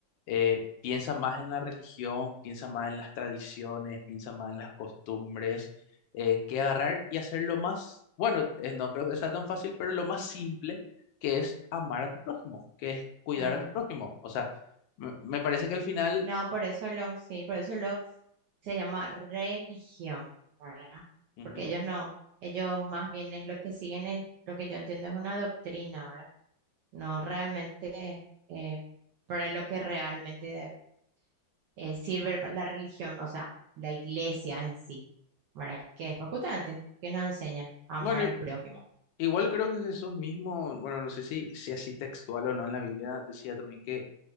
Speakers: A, on the left; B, on the right.
A: eh, piensa más en la religión, piensa más en las tradiciones, piensa más en las costumbres, eh, que agarrar y hacer lo más, bueno, eh, no creo que sea tan fácil, pero lo más simple que es amar a tu prójimo, que es cuidar
B: <laughs> amargo.
A: a tu prójimo. O sea, me me parece que al final...
B: No, por eso lo, sí, por eso lo se llama religión, ¿verdad?
A: Ujú.
B: Porque ellos no, ellos más bien es lo que siguen, es, lo que yo entiendo es una doctrina, ¿verdad? No realmente eh, para lo que realmente eh, sirve pa- la religión, o sea, la iglesia en sí, ¿verdad? Que es pues justamente que nos enseña a amar
A: Bueno,
B: al prójimo.
A: Igual creo que Jesús mismo, bueno, no sé si, si así textual o no en la Biblia, decía también que,